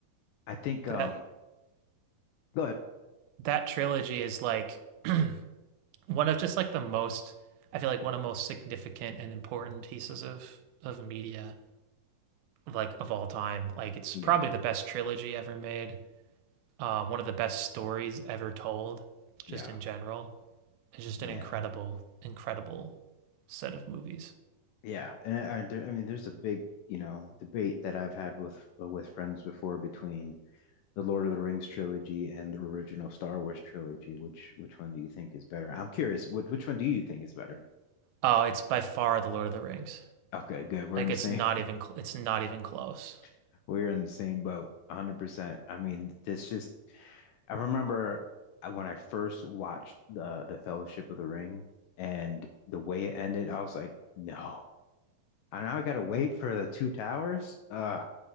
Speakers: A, on the left; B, on the right.
A: I think.
B: that
A: Um. Go ahead.
B: that trilogy is like <clears throat> one of just like the most I feel like one of the most significant and important pieces of of media. like of all time. Like it's
A: Yeah.
B: probably the best trilogy ever made, uh, one of the best stories ever told, just
A: Yeah.
B: in general. It's just
A: Yeah.
B: an incredible, incredible set of movies.
A: Yeah. And I, I, there, I mean, there's a big you know debate that I've had with with friends before between the Lord of the Rings trilogy and the original Star Wars trilogy. Which which one do you think is better? I'm curious. Which which one do you think is better?
B: Oh, it's by far The Lord of the Rings.
A: Okay, good. We're
B: Like
A: in the
B: it's
A: same
B: not even cl it's not even close.
A: <laughs> we're in the same boat. 100%. I mean, this just I remember uh, when I first watched the the Fellowship of the Ring and the way it ended, I was like, no. I now I gotta wait for the two towers. Uh